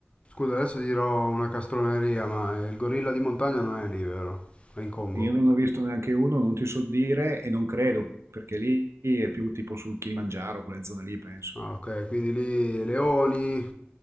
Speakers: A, on the left; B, on the right.
A: Scusa, adesso dirò una castroneria, ma eh, il gorilla di montagna non è lì, vero? È in Congo.
B: Io non ho visto neanche uno, non ti so dire e non credo, perché lì è più tipo sul Kilimangiaro, quelle zone lì, penso.
A: Ah, ok, quindi lì leoni.